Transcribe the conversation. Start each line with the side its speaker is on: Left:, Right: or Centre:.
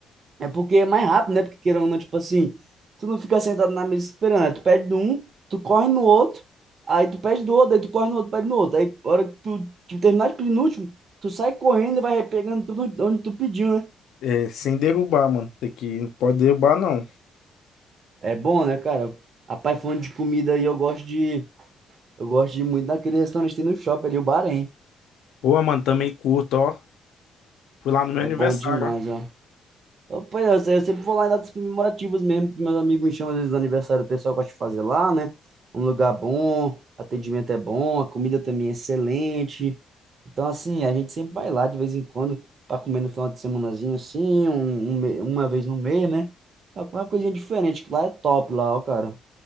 Right: É porque é mais rápido, né? Porque querendo ou não, tipo assim, tu não fica sentado na mesa esperando, né? tu pede de um, tu corre no outro, aí tu pede do outro, aí tu corre no outro, pede no outro. Aí, a hora que tu, tu terminar de pedir no último, tu sai correndo e vai pegando tudo onde tu pediu, né?
Left: é, sem derrubar, mano. Tem que, não pode derrubar, não.
Right: É bom, né, cara? Rapaz, falando de comida aí, eu gosto de... Eu gosto de muito daquele restaurante que tem no shopping ali, o Bahrein.
Left: Pô, mano, também curto, ó. Fui lá no meu
Right: É
Left: aniversário,
Right: bom demais,
Left: ó.
Right: ó. Eu, pois é, eu, se- eu sempre vou lá em datas comemorativas mesmo, que meus amigos me chamam às vezes do aniversário, o pessoal gosta de fazer lá, né? Um lugar bom, atendimento é bom, a comida também é excelente. Então, assim, a gente sempre vai lá de vez em quando para comer no final de semanazinho, assim, um, um me- uma vez no mês, né? Pra comer uma coisinha diferente, que lá é top, lá, ó, cara.